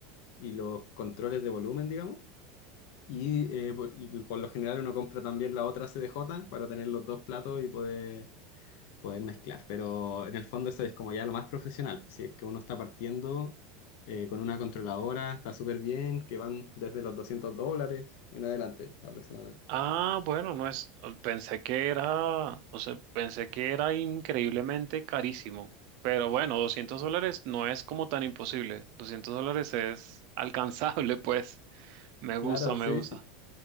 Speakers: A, on the left (about 65°); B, on the right (about 60°).
A: y los controles de volumen, digamos. Y eh, por, por lo general uno compra también la otra C D J para tener los dos platos y poder, poder mezclar. Pero en el fondo eso es como ya lo más profesional. Si es que uno está partiendo eh, con una controladora, está súper bien, que van desde los 200 dólares en adelante aproximadamente.
B: Ah, bueno, no es, pensé que era, o sea, pensé que era increíblemente carísimo, pero bueno, 200 dólares no es como tan imposible, 200 dólares es alcanzable, <laughs> pues, me gusta,
A: Claro,
B: me
A: sí,
B: gusta.
A: sí.